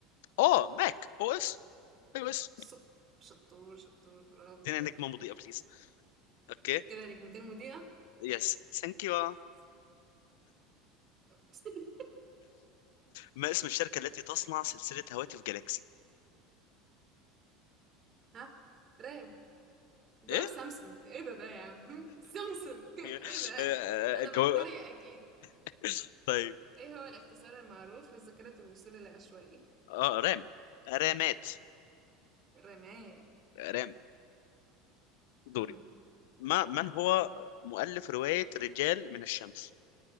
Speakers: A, on the left; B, on the right.
A: أه ماك أو إس أيوه إس
B: صب شطور شطور برافو
A: ادينا
B: برافو
A: نجمة مضيئة
B: برافو
A: بليز أوكي آه،
B: كده نجمتين مذيعة
A: يس ثانك يو
B: س-
A: <laughs>
B: س- <laughs>
A: ما اسم الشركة التي تصنع سلسلة هواتف جالاكسي؟
B: ها رام جواب
A: إيه؟
B: سامسونج ايه ده ده يا عم <laughs> سامسونج ايه
A: <laughs>
B: ده انا
A: الجو...
B: بتريق اكيد
A: <laughs> طيب
B: ايه هو الاختصار المعروف لذاكرة الوصول العشوائي
A: اه رام رامات
B: رمال
A: رام دوري
B: امم
A: ما من هو
B: امم
A: مؤلف رواية رجال من الشمس